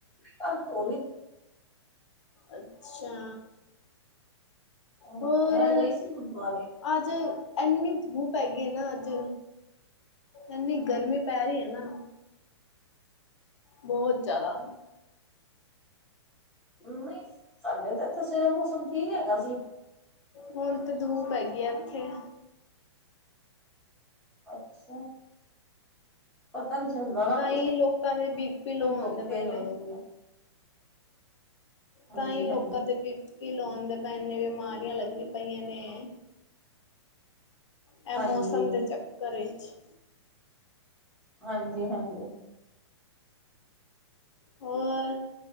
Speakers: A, in the centre; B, on the left (about 80°).
A: ਕੱਲ ਤੋ
B: ਅੱਛਾ,
A: ਹਾਂ
B: ਹੋਰ
A: ਮੈਂ ਗਈ ਸੀ ਗੁਰਦੁਆਰੇ
B: ਅੱਜ ਇੰਨੀ ਧੂਪ ਹੈਗੀ ਈ ਏ ਨਾ ਅੱਜ ਐਨੀ ਗਰਮੀ ਪੈ ਰਹੀ ਹੈ ਨਾ ਬਹੁਤ ਜਿਆਦਾ।
A: ਨਹੀਂ ਸਾਡੇ ਤੇ ਇਥੇ ਸਵੇਰੇ ਮੌਸਮ ਠੀਕ ਹੈਗਾ ਸੀ।
B: ਹੁਣ ਤੇ ਧੂਪ ਹੈਗੀ ਆ ਐਥੇ
A: ਅੱਛਾ! ਪਤਾ ਨੀ ਚੱਲਦਾ ਨਾ
B: ਤਾਂਹਿ
A: ਕਿਸ
B: ਲੋਕਾਂ ਦੇ ਬੀ ਪੀ
A: ਟਾਈਮ
B: ਲੋਅ ਹੁੰਦੇ
A: ਧੁੱਪ ਤੇਜ਼
B: ਪਏ ਨੇ
A: ਹੋ ਜਾਂਦੀ ਹੈ ਹਾਂਜੀ
B: ਤਾਂ ਹੀ ਲੋਕਾਂ
A: ਹਾਂਜੀ
B: ਦੇ ਬੀ ਪ ਬੀ ਪੀ ਲੋਅ ਹੁੰਦੇ ਪਏ ਨੇ ਬਿਮਾਰੀਆਂ ਲੱਗਦੀਆਂ ਪਈਆਂ ਨੇ ਐਹ
A: ਹਾਂਜੀ
B: ਮੌਸਮ ਦੇ ਚੱਕਰ ਵਿੱਚ
A: ਹਾਂਜੀ, ਹਾਂਜੀ
B: ਹੋਰ